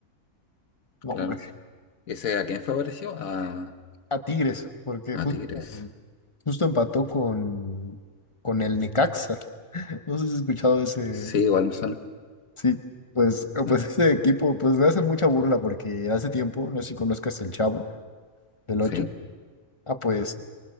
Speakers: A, on the left; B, on the left.
A: no,
B: claro.
A: hombre,
B: ¿Ese a quién favoreció? A,
A: a Tigres, porque
B: a
A: justo,
B: Tigres.
A: justo empató con, con el Necaxa. <laughs> No sé si has escuchado de ese...
B: Sí, igual me suena.
A: Sí, pues, <laughs>
B: Ah,
A: pues ese equipo, pues me hacen mucha burla porque hace tiempo, no sé si conozcas el Chavo del
B: sí.
A: ocho Ah, pues